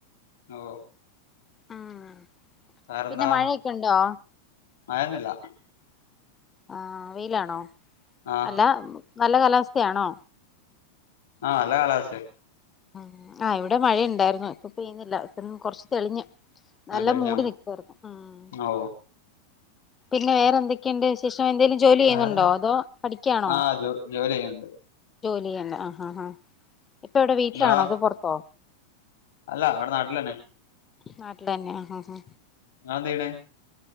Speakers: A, on the left (about 55°); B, on the left (about 20°).
A: ഓ
B: ഉം
A: വറെന്താ
B: പിന്നെ മഴയൊക്കെ ഉണ്ടോ
A: മഴയൊന്നുല്ല
B: ആ വെയിലാണോ
A: ആഹ്
B: അല്ല നല്ല കാലാവസ്ഥയാണോ.
A: ആഹ നല്ല കാലാവസ്ഥയ
B: ഉ ആ ഇവിടെ മഴയുണ്ടായിർന്ന് ഇപ്പൊ പെയ്യുന്നില്ല <unintelligible> കുറച്ച് തെളിഞ്ഞ്. നല്ല
A: ആഹ് തെളിഞ്ഞോ
B: മൂടി നിക്കാർന്നു ഉം
A: ഓ
B: പിന്നെ വേറെന്തൊക്കെണ്ട് വിശേഷ ഉം ന്തേലും ജോലി ചെയ്യുന്നുണ്ടോ
A: വേറെ
B: അതോ പഠിക്യണോ
A: ആഹ് ജോ ജോലി ചെയ്യാന്നുണ്ട്
B: <unintelligible> ആഹാഹാ ഇപ്പൊ എവിടെ വീട്ടിലാണോ
A: നിങ്ങളോ
B: അതോ പൊറത്തോ
A: അല്ല ഇവിടെ നാട്ടിലെന്നെ
B: നാട്ടിലെന്നെ ആഹാഹാ
A: ഇങ്ങളെന്തെയ്യ്ണ്